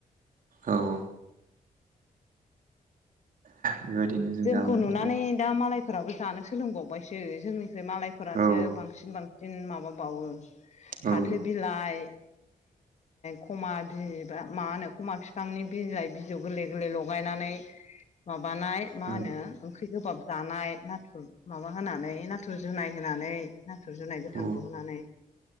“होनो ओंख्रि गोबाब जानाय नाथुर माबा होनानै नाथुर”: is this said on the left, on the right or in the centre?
Left